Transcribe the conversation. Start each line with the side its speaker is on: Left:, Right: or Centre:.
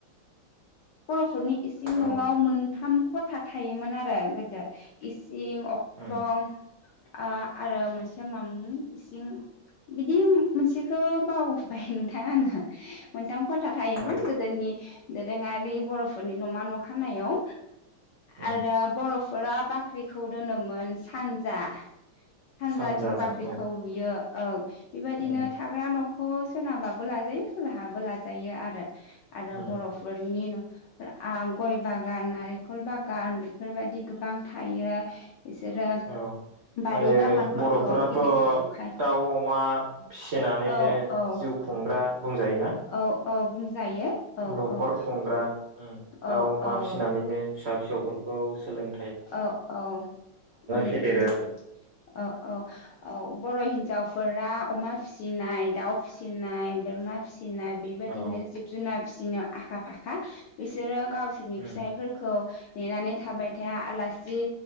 Left: बर'फोरनि इसिं न'आव
Right: औ
Left: मोनथाम खथा थायोमोन आरो गोदो। इ सिं अख्रं
Right: उम
Left: आ आरो मोनसेया मामोन इसिं बिदि मोनसेखो बावबाय नोंथां आङो। मोनथाम खथा थायोमोन
Right: औ
Left: गोदोनि दोरोङारि रि बर'फोरनि न'मा न' खामनायाव।
Right: उम
Left: आरो बर' फोरा बाख्रिखौ दोनोमोन सानजा। सानजाथिं
Right: सानजाजों
Left: बाख्रिखौ
Right: औ
Left: लुयो। औ बेबायदिनो
Right: उम
Left: थाग्रा न' खौ सोनाबाबो लाजायो खोलाहाबो लाजायो आरो। आरो
Right: उम
Left: बर'फोरनि न आव गय बागान नारेंखल बागान बेफोरबायदि गोबां थायो। बिसोरो
Right: औ
Left: बारि
Right: आरो
Left: बागानफोरखौ
Right: बर'फोराथ'
Left: गिदिर गिदिर लुखाय
Right: दाउ अमा फिसिनानैनो
Left: औ औ
Right: जिउ खुंग्रा बुंजायो।
Left: औ औ बुंजायो। औ
Right: न'खर
Left: औ
Right: खुंग्रा। दाउ
Left: औ
Right: अमा
Left: औ
Right: फिसिनानैनो फिसा फिसौफोरखौ सोलों
Left: औ औ उम
Right: फेदेरो
Left: उम
Right: आरो
Left: औ औ औ। बर' हिन्जावफोरा अमा फिसिनाय दाउ फिसिनाय बोरमा फिसि <unintelligible> बेबादिनो
Right: औ
Left: जिब जुनार फिसि <unintelligible> आखा-फाखा बिसोरो गावसोरनि
Right: उम
Left: फिसायफोरखौ नेनानै थाबाय थाया आलासि